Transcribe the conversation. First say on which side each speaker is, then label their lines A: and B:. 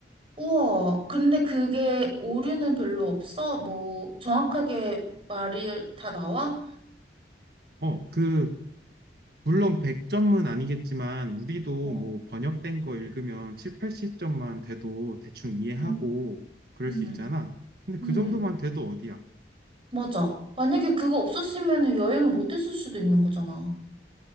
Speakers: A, on the right (about 30°); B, on the right (about 55°).
A: 우와, 근데 그게 오류는 별로 없어? 뭐, 정확하게 말이 다 나와?
B: 어, 그 물론 100점은 아니겠지만 우리도
A: 어,
B: 뭐 번역된 거 읽으면 7, 80점만 돼도 대충 이해하고
A: 응
B: 그럴
A: 응,
B: 수 있잖아. 근데 그
A: 응,
B: 정도만 돼도 어디야?
A: 맞아. 만약에 그거 없었으면 여행을 못 했을 수도 있는 거잖아.